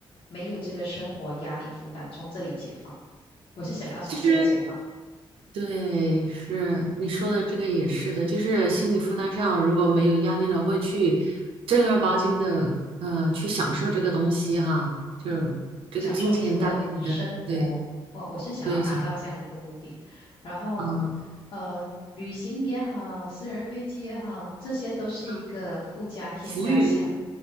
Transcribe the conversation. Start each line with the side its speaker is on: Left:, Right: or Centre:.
Left: 没有这个生活压力负担，从这里解放。我是想要从这个解放。
Right: 其实对，是你说的这个也是的，就是心理负担上如果没有压力了，会去正儿八经的，嗯、去享受这个东西哈，就这个金钱带给你的，
Left: 嗯，享受这个生活，
Right: 对
Left: 我我是想要达到这样的一个目的。
Right: 对，想，
Left: 然后，
Right: 嗯
Left: 呃，旅行也好，私人飞机也好，这些都是一个附加添加项。
Right: 嗯，浮云，